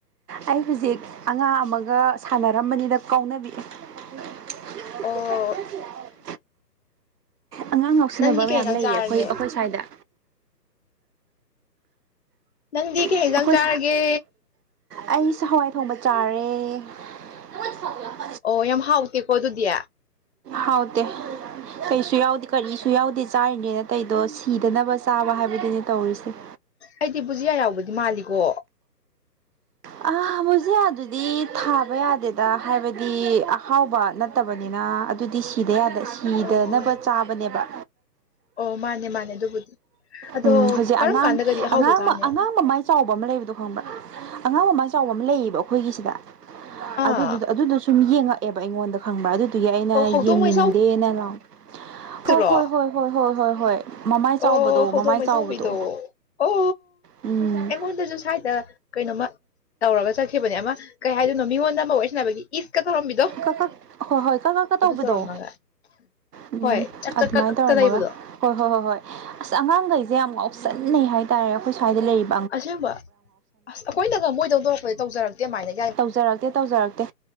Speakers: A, on the right (about 70°); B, on the left (about 45°).
A: ꯑꯩ ꯍꯨꯖꯤꯛ ꯑꯉꯥꯡ ꯑꯃꯒ ꯁꯥꯟꯅꯔꯝꯕꯅꯤꯗ ꯀꯥꯎꯅꯕꯤ <unintelligible>
B: ꯑꯣ
A: ꯑꯉꯥꯡ ꯉꯥꯎꯁꯤꯟꯅꯕ
B: ꯅꯪꯗꯤ
A: ꯃꯌꯥꯝ
B: ꯀꯩ ꯏꯟꯖꯥꯡ
A: ꯂꯩꯌꯦ
B: ꯆꯥꯔꯒꯦ
A: ꯑꯩꯈꯣꯏ ꯑꯩꯈꯣꯏ ꯁ꯭ꯋꯥꯏꯗ
B: ꯅꯪꯗꯤ ꯀꯩ
A: ꯑꯩꯈꯣꯏ
B: ꯍ‌ꯦꯟꯖꯥꯡ ꯆꯥꯔꯒꯦ
A: ꯑꯩꯁꯨ ꯍꯋꯥꯏ ꯊꯣꯡꯕ ꯆꯥꯔꯦ <unintelligible>
B: ꯑꯣ ꯌꯥꯝ ꯍꯥꯎꯇꯦꯀꯣ ꯑꯗꯨꯗꯤ
A: ꯍꯥꯎꯇꯦ ꯀꯩꯁꯨ ꯌꯥꯎꯗꯦ ꯀꯔꯤꯁꯨ ꯌꯥꯎꯗꯦ ꯆꯥꯔꯤꯅꯦꯅ ꯇꯩꯏꯗꯣ ꯁꯤꯗꯅꯕ ꯆꯥꯕ ꯍꯥꯏꯕꯗꯨꯅꯦ ꯇꯧꯔꯤꯁꯤ
B: ꯑꯩꯗꯤ ꯕꯨꯖꯤꯌꯥ ꯌꯥꯎꯕꯗꯤ ꯃꯥꯜꯂꯤꯀꯣ
A: ꯑꯥ ꯕꯨꯖꯤꯌꯥꯗꯨꯗꯤ ꯊꯥꯕ ꯌꯥꯗꯦꯠ ꯗ ꯍꯥꯏꯕꯗꯤ ꯑꯍꯥꯎꯕ ꯅꯠꯇꯕꯅꯤꯅ ꯑꯗꯨꯗꯤ ꯁꯤꯗ ꯌꯥꯗ ꯁꯤ ꯀꯤꯗꯅꯕ
B: ꯑꯣ
A: ꯆꯥꯕꯅꯦꯕ
B: ꯑꯣ ꯃꯥꯅꯦ ꯃꯥꯅꯦ ꯑꯗꯨꯕꯨꯗꯤ ꯑꯗꯣ
A: ꯎꯝ ꯍꯧꯖꯤꯛ
B: ꯀꯔꯝ
A: ꯑꯉꯥꯡ
B: ꯀꯥꯟꯗꯒꯗꯤ ꯑꯍꯥꯎꯕ
A: ꯑꯉꯥꯡ
B: ꯆꯥꯅꯤ
A: ꯃ ꯑꯉꯥꯡ ꯃꯃꯥꯏ ꯆꯥꯎꯕ ꯑꯃ ꯂꯩꯕꯗꯣ ꯈꯪꯕ꯭ꯔꯥ ꯑꯉꯥꯡ ꯃꯃꯥꯏ ꯆꯥꯎꯕ ꯑꯃ ꯂꯩꯌꯦꯕ ꯑꯈꯣꯏꯒꯤꯁꯤꯗ
B: ꯑꯥ
A: ꯑꯗꯨꯗꯨꯗ ꯑꯗꯨꯅ ꯁꯨꯝ ꯌꯦꯡꯉꯛꯑꯦꯕ ꯑꯩꯉꯣꯟꯗ ꯈꯪꯕ꯭ꯔꯥ ꯑꯗꯨꯗꯨꯒꯤ ꯑꯩꯅ
B: ꯑꯣ ꯍꯧꯗꯣꯡ
A: ꯌꯦꯡꯅꯤꯡꯗꯦꯅ
B: ꯃꯩ
A: ꯂꯥꯎꯠ
B: ꯆꯥꯎꯕꯗꯨꯔꯣ
A: ꯍꯣ ꯍꯣꯏ ꯍꯣꯏ ꯍꯣꯏ ꯍꯣꯏ ꯍꯣꯏ ꯍꯣꯏ ꯃꯃꯥꯏ ꯆꯥꯎꯕꯗꯣ
B: ꯑꯣ ꯍꯧꯗꯣꯡ
A: ꯃꯃꯥꯏ
B: ꯃꯩꯆꯥꯎꯕꯤꯗꯣ
A: ꯆꯥꯎꯕꯗꯣ
B: ꯑꯣ
A: ꯎꯝ
B: ꯑꯩꯉꯣꯟꯗꯁꯨ ꯁꯥꯏꯗ ꯀꯩꯅ‌ꯣꯝꯃ ꯇꯧꯔꯒ ꯆꯠꯈꯤꯕꯅꯦ ꯑꯃ ꯀꯩ ꯍꯥꯏꯗꯣꯏꯅꯣ ꯃꯤꯉꯣꯟꯗ ꯑꯃ ꯋꯥꯔꯤ ꯁꯥꯟꯅꯕꯒꯤ ꯏꯁꯀ ꯇꯧꯔꯝꯕꯤꯗꯣ
A: ꯀꯛ ꯀꯛ ꯍꯣꯏ ꯍꯣꯏ ꯀꯛ ꯀꯛꯀ
B: ꯑꯗꯨ
A: ꯇꯧꯕꯗꯣ
B: ꯇꯧꯔꯝꯃꯒ
A: ꯎꯝ
B: ꯍꯣꯏ ꯆꯛ
A: ꯑꯗꯨꯃꯥꯏꯅ
B: ꯆꯛ ꯀꯛ
A: ꯇꯧꯔꯝꯃꯒ
B: ꯀꯂꯩꯕꯗꯣ
A: ꯍꯣꯏ ꯍꯣꯏ ꯍꯣꯏ ꯍꯣꯏ ꯑꯁ ꯑꯉꯥꯡꯒꯩꯖꯦ ꯌꯥꯝ ꯉꯥꯎꯁꯟꯅꯩ ꯍꯥꯏꯇꯥꯔꯦ ꯑꯈꯣꯏ ꯁ꯭ꯋꯥꯏꯗ ꯂꯩꯔꯤꯞ
B: ꯑꯁꯦꯡꯕ ꯑꯁ ꯑꯈꯣꯏꯅꯒ ꯃꯣꯏ ꯗꯧ ꯇꯧꯔꯛꯄꯗ ꯇꯧꯖꯔꯛꯇꯦ ꯃꯥꯏꯅ
A: ꯇꯧꯖꯔꯛꯇꯦ ꯇꯧꯖꯔꯛꯇꯦ